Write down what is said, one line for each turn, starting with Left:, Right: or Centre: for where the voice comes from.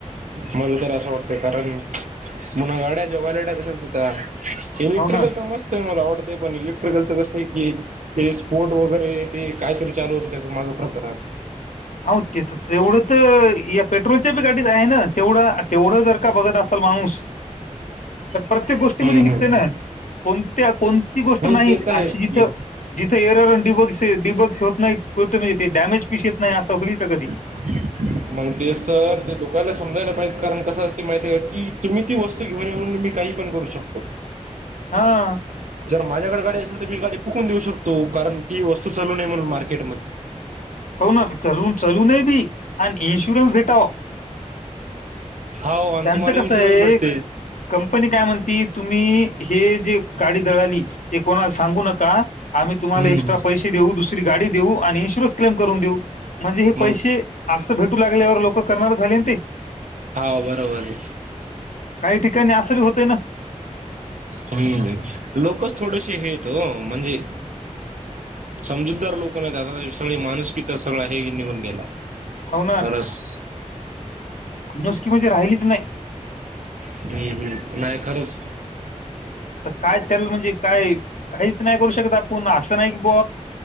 Right: मला तर असं वाटतंय कारण पुन्हा गाड्याच्या वॉलेटा तसच होत्या इलेक्ट्रिकल
Left: हो ना
Right: तर मस्त आहे मला वाटतंय पण इलेक्ट्रिकलचं कसं आहे की ते स्पोर वगैरे ते कायतरी चालू होतं त्या माग प्रकरण
Left: हो तेच तेवढं तर या पेट्रोलच्या बी गाडीत आहे ना तेवढं तेवढं जर का बघत असाल माणूस
Right: <inaudible>
Left: तर प्रत्येक गोष्टीमध्ये
Right: हम्म
Left: निघते
Right: हम्म
Left: ना कोणत्या कोणती गोष्ट
Right: हम्म
Left: नाही
Right: ते तर आहेच
Left: अशी इथं
Right: की
Left: जिथे एरर डिबग्स डिबग्स होत नाहीत म्हणजे ते डॅमेज पिसी येत नाही असं होईल का कधी
Right: मग ते सर ते लोकांला समजायला पाहिजे कारण कसं असते माहिती की तुम्ही ती वस्त घर आहे म्हणून मी काही पण करू शकतो
Left: हा
Right: जर माझ्याकडे गाडी असेल तर मी गाडी फुकून देऊ शकतो कारण ती वस्तू चालू नाही म्हणून मार्केट म
Left: हो ना चालू चालू नये ती आणि इन्शुरन्स भेटाव
Right: हाव आणि
Left: त्यांचं
Right: तुम्हाला इन्शुरन्स
Left: कसं आहे
Right: भेटते
Left: कंपनी काय म्हणती तुम्ही हे जे गाडी जळाली हे कोणाला सांगू नका आम्ही तुम्हाला
Right: हम्म
Left: एक्स्ट्रा पैसे देऊ दुसरी गाडी देऊ आणि इंशुरंस क्लेम करून देऊ म्हणजे हे पैसे
Right: मग
Left: असं भेटू लागल्यावर लोक करणार झाले ते
Right: हा बरोबर आहे.
Left: काही ठिकाणी असं बी होतय ना
Right: हम्म लोकच थोडशी हेेत हो म्हणजे समजूतदार लोक नाही आ सगळे माणूसकीचा सगळा हे निघून गेला
Left: हो
Right: खरंच
Left: नुसकी म्हणजे राहिलीच नाही
Right: हम्म हम्म नाही खरंच
Left: काय तेल म्हणजे काय काहीच नाही करू शकत आपण असं नाही की ब